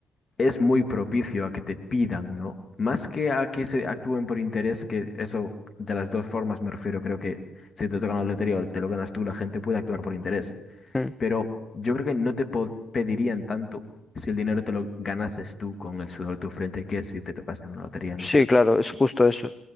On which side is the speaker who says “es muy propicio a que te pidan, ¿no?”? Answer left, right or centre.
Left